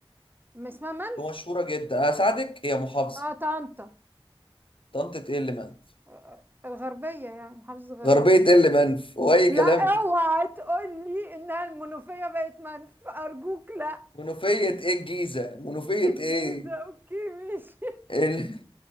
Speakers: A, on the right; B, on the left.
A: ما اسمها منف
B: ومشهورة جدا هساعدك هي محافظة
A: اه طنطا
B: طنطة ايه اللي منف
A: آه، الغربية يعني محافظة الغربية
B: غربية ايه اللي منف واي
A: لا
B: كلام
A: اوعى تقول لي انها المنوفية بقت منف ارجوك لا
B: منوفية ايه الجيزة منوفية
A: الجيزة
B: ايه
A: اوكي مش
B: ال-